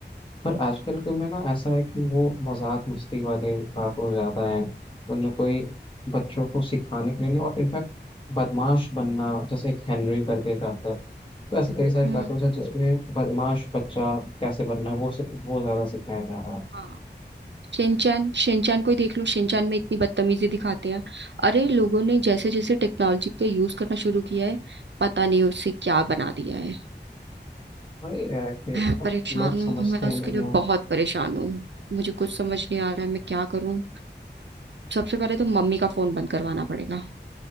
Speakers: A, on the left; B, on the right.
A: पर आजकल के में ना ऐसा है कि वो मजाक मस्ती वाले कार्टून ज्यादा हैं उनमें कोई बच्चों को सिखाने के लिए नहीं और इनफैक्ट बदमाश बनना जैसे एक हेनरी करके एक आता है तो ऐसे कई सारे
B: हम्म
A: कार्टून हैं जिसमें बदमाश बच्चा कैसे बनना है वो सि- वो ज्यादा सिखाया जा रहा है
B: हाँ शिनचैन शिनचैन को ही देख लो शिनचैन में इतनी बदतमीजी दिखाते हैं अरे लोगों ने जैसे जैसे टेक्नोलॉजी का यूज करना शुरू किया है पता नहीं उससे क्या बना दिया है
A: अरे यार कि
B: मैं
A: अब
B: परेशान
A: लोग समझते
B: हूँ मैं उसके
A: नहीं
B: लिए बहुत परेशान हूँ मुझे कुछ समझ नहीं आ रहा है मैं क्या करूँ सबसे पहले तो मम्मी का फोन बंद करवाना पड़ेगा